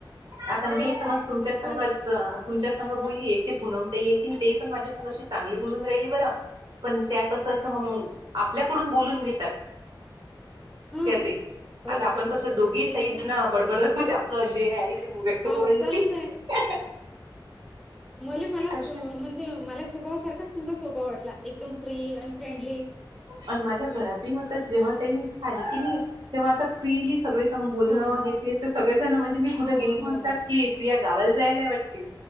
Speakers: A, on the right; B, in the centre.
A: आता
B: हो
A: मी समज
B: कनेक्ट
A: तुमच्या
B: होतात
A: संघच
B: खरंच आहे
A: तुमच्या संघ बोलली एक ते पुनमताई आहे की तेही पण माझ्या संग अशी चांगली बोलून राहिली बर पण त्या कसं असं मग
B: हो हो
A: आपल्याकडून बोलून घेतात.
B: हा
A: त्याचही आता आपण
B: तस
A: कसं
B: तेच
A: दोघी साईड ना बडबडत म्हणजे आपलं जे आहे म व्यक्त
B: हो
A: करल
B: चालूच
A: की. <unintelligible>
B: म मला
A: कशा
B: म्हणजे मला स्वभावा सारखाच तुमचा स्वभाव वाटला एकदम फ्री अन फ्रेंडली
A: अन माझ्या घरातही म्हणतात जेव्हा त्यांनी खाली की नाही तेव्हा असं फ्रीली सगळे सण बोलणं
B: हो हो
A: घेते तर सगळेजण म्हणजे मी कुठे
B: हो, हो,
A: गेल की म्हणतात
B: हो,
A: की किया गावायला जाय नाही वाटते